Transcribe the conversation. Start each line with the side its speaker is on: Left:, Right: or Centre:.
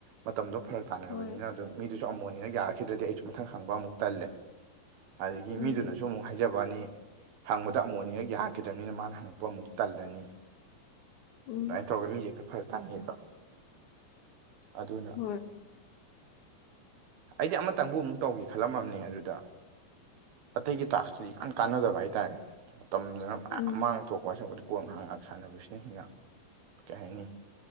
Right: ꯃꯇꯝꯗꯣ ꯐꯔꯛ ꯇꯥꯟꯅꯕꯅꯤꯅ
Left: ꯍꯣꯏ
Right: ꯑꯗꯨ ꯃꯤꯗꯨꯁꯨ ꯑꯃꯨꯛ ꯑꯅꯤꯔꯛ ꯌꯥꯔꯛꯈꯤꯗ꯭ꯔꯗꯤ ꯑꯩꯁꯨ ꯃꯊꯪ ꯍꯪꯕ ꯑꯃꯨꯛ ꯇꯜꯂꯦ ꯑꯗꯒꯤ
Left: ꯎꯝ
Right: ꯃꯤꯗꯨꯅꯁꯨ ꯑꯃꯨꯛ ꯍꯥꯏꯖꯕꯋꯥꯅꯤ ꯍꯪꯕꯗ ꯑꯃꯨꯛ ꯑꯅꯤꯔꯛ ꯌꯥꯈꯤꯗ꯭ꯔꯝꯅꯤꯅ ꯃꯥꯅ ꯍꯪꯉꯛꯄ ꯑꯃꯨꯛ ꯇꯜꯂꯅꯤ
Left: ꯎꯝ
Right: ꯑꯗꯨꯨꯃꯥꯏꯟ ꯇꯧꯔ ꯃꯤ ꯍꯦꯛꯇ ꯐꯔꯛ ꯇꯥꯅꯩꯌꯦꯕ ꯑꯗꯨꯅ
Left: ꯍꯣꯏ
Right: ꯑꯩꯗꯤ ꯑꯃꯇꯪꯕꯨ ꯑꯃꯨꯛ ꯇꯧꯒꯦ ꯈꯜꯂꯝꯃꯕꯅꯦ ꯑꯗꯨꯗ ꯑꯇꯩꯒꯤ ꯇꯥꯛꯁꯇꯨꯗꯤ ꯌꯥꯝ ꯀꯥꯟꯅꯗꯕ ꯍꯥꯏꯇꯥꯥꯔꯦ ꯃꯇꯝꯗꯨꯅ ꯃꯌꯥꯝ
Left: ꯎꯝ
Right: ꯃꯥꯡ ꯊꯣꯛꯄ <unintelligible> ꯀꯣꯟ ꯉꯍꯥꯛ ꯉꯍꯥꯛ ꯁꯥꯟꯅꯕꯁꯤꯅ ꯍꯦꯟꯅ ꯀꯩ ꯍꯥꯏꯅꯤ